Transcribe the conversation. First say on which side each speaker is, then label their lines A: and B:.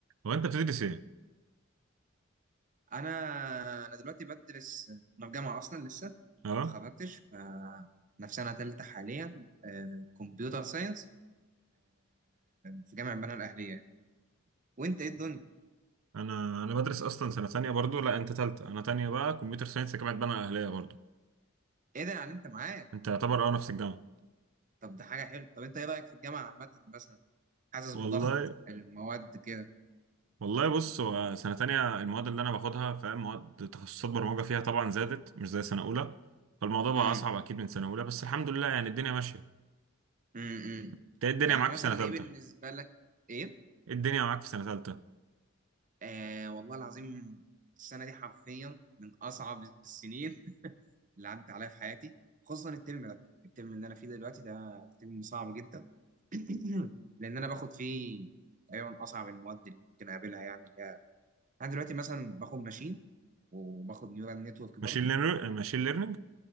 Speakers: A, on the right; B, on the right.
A: هو انت بتدرس ايه؟
B: انا انا دلوقتي بدرس انا في جامعه اصلا لسه
A: اه
B: ما اتخرجتش ف انا في سنه ثالثه حاليا كمبيوتر ساينس في جامعه بنها الاهليه وانت ايه الدنيا
A: انا انا بدرس اصلا سنه ثانيه برضو لا انت ثالثه انا ثانيه بقى كمبيوتر ساينس جامعه بنها الاهليه برضو
B: ايه ده يعني انت معايا
A: انت يعتبر اه نفس الجامعه
B: طب ده حاجه حلوه طب انت ايه رايك في الجامعه عامه مثلا حاسس
A: والله
B: بضغط المواد كده
A: والله بص هو سنه ثانيه المواد اللي انا باخدها فاهم مواد تخصصات برمجه فيها طبعا زادت مش زي سنه اولى فالموضوع بقى
B: امم
A: اصعب اكيد من سنه اولى بس الحمد لله يعني الدنيا ماشيه
B: امم
A: انت ايه الدنيا
B: يعني
A: معاك
B: مثلا
A: في سنه ثالثه؟
B: ايه بالنسبه لك ايه
A: ايه الدنيا معاك في سنه ثالثه؟
B: آه والله العظيم السنه دي حرفيا من اصعب السنين <laughs> اللي عدت عليا في حياتي خصوصا الترم ده الترم اللي انا فيه دلوقتي ده ترم صعب جدا <clears throat> لان انا باخد فيه تقريبا اصعب المواد اللي ممكن اقابلها يعني اللي هي انا دلوقتي مثلا باخد ماشين وباخد نيورال نتورك برضو
A: ماشين ليرنينج ماشين ليرنينج